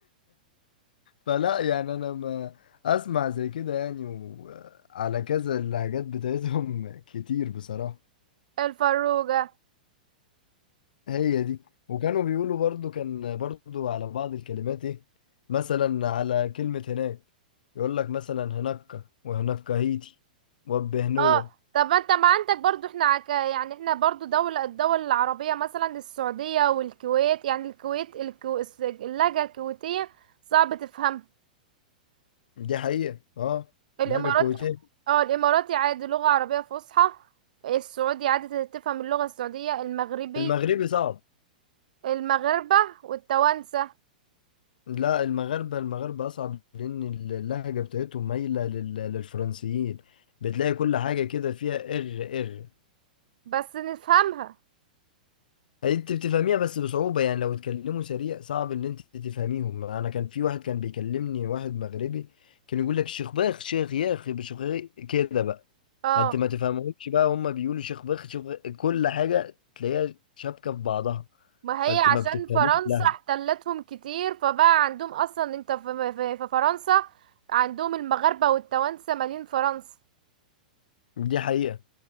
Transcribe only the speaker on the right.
الفروجة
اه طب ما انت ما عندك برضو احنا عك... يعني احنا برضو دولة الدول العربية مثلا السعودية والكويت يعني الكويت الكو... الس- اللهجة الكويتية صعب تفهم
الامارات
اه الاماراتي عادي لغة عربية فصحى السعودي عادي تفهم اللغة السعودية المغربي
المغاربة والتوانسة
بس نفهمها
اه
ما هي
عشان
فرنسا
احتلتهم كتير فبقى عندهم اصلا انت في, في, في فرنسا عندهم المغاربة والتوانسة مالين فرنسا